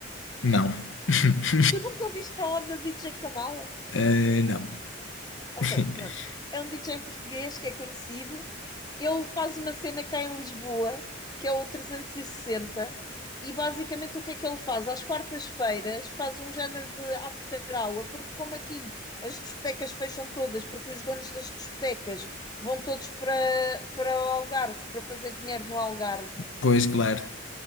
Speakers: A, on the left; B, on the left.
A: Não. <laughs>
B: Tu nunca ouviste falar da DJ Camalo?
A: Eh, não.
B: Ok,
A: <laughs>
B: pronto. É um DJ português que é conhecido ele faz uma cena cá em Lisboa, que é o 360, e sessenta, e basicamente o que é que ele faz? Às quartas-feiras faz um género de after hour, porque como aqui as discotecas fecham todas, porque os donos das discotecas vão todos para, para o Algarve, para fazer dinheiro no Algarve,
A: Pois, claro.